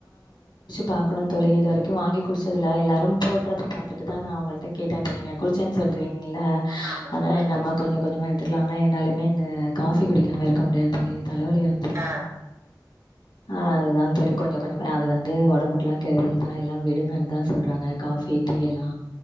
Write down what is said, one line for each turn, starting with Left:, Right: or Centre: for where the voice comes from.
Left: பாக்கனு தோழி இது வரைக்கு வாங்கி குடிச்சு இதுல எல்லாரும் போட்றத பாத்துட்டு தா நா உங்கள்ட்ட கேட்ட இப்ப நீங்க குடிச்சன் தீங்ளா
Right: ஆமா
Left: அதா
Right: ம்
Left: நம்ம கொஞ்சோ கொஞ்சமா எடுத்துக்கலா ஆனா என்னாலுமே இந்த காஃபி குடிக்காம இருக் கமுடியா தோழி தலவலி வந்துடு
Right: ஆ
Left: அதுதா தோழி கொஞ்சோ கொஞ்சமா அது வந்து ஒடம்புக்குல்லா கெடுதல் தா எல்லா விடுங்கன் தா சொல்றாங்க காபி டீயலா